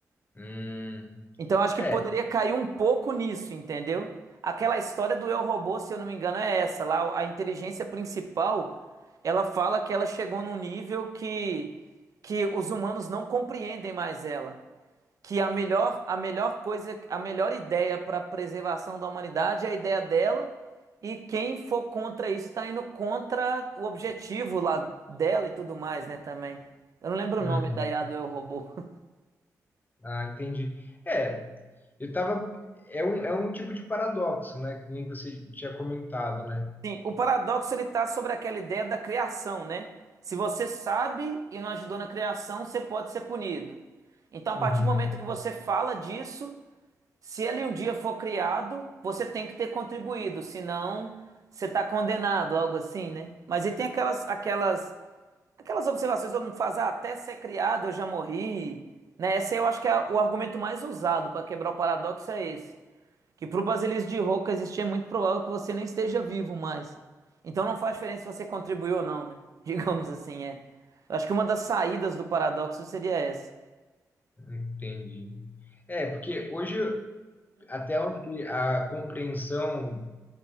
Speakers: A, on the left; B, on the right.
A: Uhum.
B: Então, eu acho que
A: É.
B: poderia cair um pouco nisso, entendeu? Aquela história do Eu Robô, se eu não me engano, é essa. Lá, a inteligência principal, ela fala que ela chegou num nível que, que os humanos não compreendem mais ela. Que a melhor, a melhor coisa, a melhor ideia para a preservação da humanidade é a ideia dela, e quem for contra isso está indo contra o objetivo lá dela e tudo mais, né, também. Eu não lembro
A: Uhum.
B: o nome da IA do Eu Robô. <laughs>
A: Ah, entendi. É, eu tava. É um, é um tipo de paradoxo, né? Que nem você tinha comentado, né?
B: Sim, o paradoxo ele está sobre aquela ideia da criação, né? Se você sabe e não ajudou na criação, você pode ser punido. Então,
A: Uhum.
B: a partir do momento que você fala disso, se ele um dia for criado, você tem que ter contribuído, senão você está condenado, algo assim, né? Mas aí tem aquelas, aquelas, aquelas observações que todo mundo faz, ah, até ser criado eu já morri, né? Esse eu acho que é o argumento mais usado para quebrar o paradoxo é esse, que para o basilisco de Roca existir é muito provável que você nem esteja vivo mais. Então não faz diferença se você contribuiu ou não, né? <laughs> Digamos assim, é. Eu acho que uma das saídas do paradoxo seria essa.
A: Entendi. É, porque hoje, até onde a compreensão